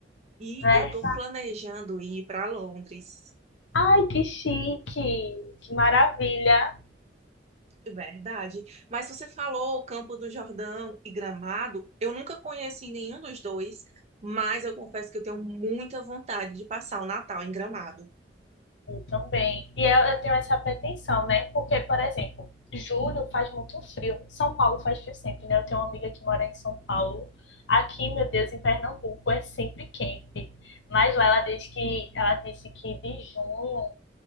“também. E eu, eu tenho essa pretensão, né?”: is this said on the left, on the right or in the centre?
Left